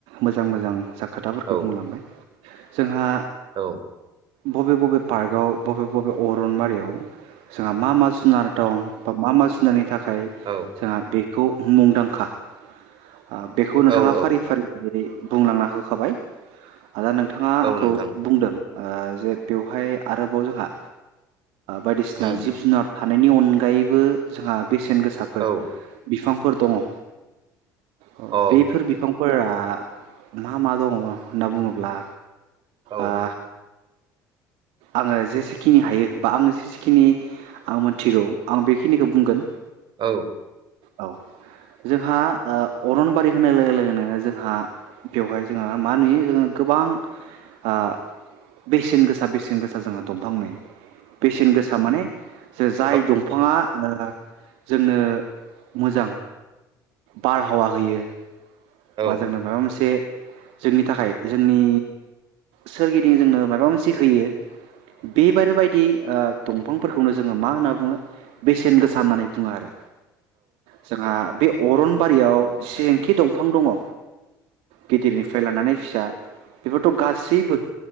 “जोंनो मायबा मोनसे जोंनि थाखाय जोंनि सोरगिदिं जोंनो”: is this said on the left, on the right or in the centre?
Right